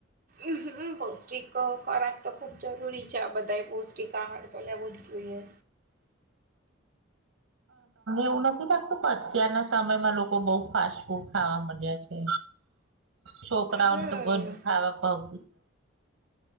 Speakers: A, on the right; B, on the right.
A: અમ્મ હમ્મ પૌષ્ટિક ક ખોરાક તો ખુબ જરૂરી છે આ બધા પૌષ્ટિક આહાર તો લેવો જ જોઈએ.
B: હ એવું નથી લાગતું અત્યારના સમયમાં લોકો બઉુ ફાસ્ટ ફૂડ ખાવા માંડ્યા છે. છોકરાઓને
A: હમ
B: તો બર ખાવા <inaudible>